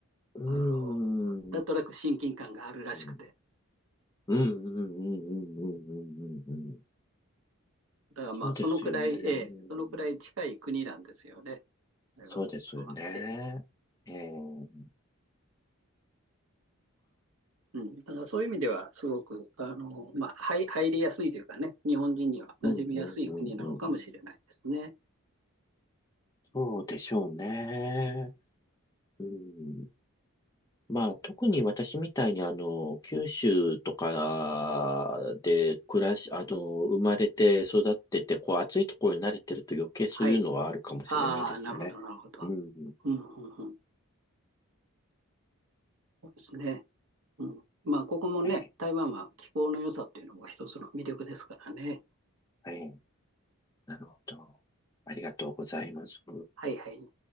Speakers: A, on the left; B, on the right.
A: うん
B: あの、なんとなく親近感があるらしくて。
A: うんうんうんうんうんうんうんうんうん。
B: だからまあ、
A: そうですよね。
B: そのくらい、
A: うん、
B: ええそのくらい近い国なんですよね、台湾っていうのは。
A: そうですよね。
B: ええ
A: ええ。うん、
B: うん、だからそういう意味では、すごく、あの、まあ、はい入りやすいというかね、日本人には馴染みやすい国なのかもしれないですね。
A: うん、うん、うん。そうでしょうね。うん。まあ、特に私みたいに、あの、九州とかで暮らし、あの、生まれて育ってて、こう、暑いところに慣れてると余計そういうのはあるかもしれないですね。
B: はい。ああ、なるほど、なるほど。
A: うん。
B: うん、うん、うん。そうですね。うん。まあ、ここもね、
A: ええ。
B: 台湾は気候の良さっていうのも一つの魅力ですからね。
A: はい。なるほど。ありがとうございます。
B: はい、はい。